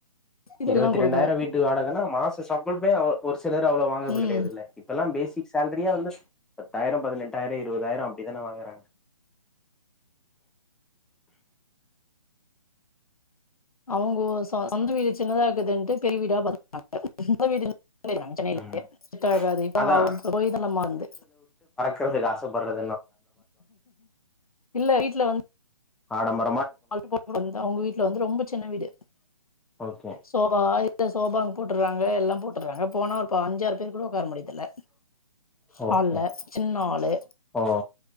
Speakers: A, on the left (about 80°); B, in the centre.
A: இதெல்லா
B: இருவத்தி
A: குடுக்கணு
B: ரெண்டாயிரம் வீட்டு வாடகன்னா மாச சம்பளுமே ஒர் ஒரு சிலர் அவ்ளோ வாங்கறத்
A: ம்
B: கெடையாதில்ல இப்பல்லாம் பேசிக்ஸ் சால்ரியெ வந்து பத்தாயிரம் பதினெட்டாயிரம் இருபதாயிரம் அப்படித்தான வாங்குறாங்
A: அவங்க வ ச சொந்த வீடு சின்னதா இருக்குதுன்ட்டு பெரிய வீடா <inaudible> விடுங் இல்லையே
B: ம்
A: <inaudible> செட் ஆகாது இப்ப
B: அதா
A: <unintelligible> நம்மா வந்து
B: குறதுக்கு ஆசப்படுறது
A: இல்ல இ ல வந்
B: ஆடம்ப
A: <inaudible> வந்து அவங்க வீட்டுல வந்து ரொம்ப சின்ன வீடு
B: ஓகே
A: சோஃபா இல சோபா அங்க போட்டுறாங்க எல்லா போட்டுறாங்க போனா ஒரு அஞ்சாறு பேரு கூட உட்கார முடியுது இல்ல ஹால்ல
B: ஓகே
A: சின்ன ஹாலு
B: ஓ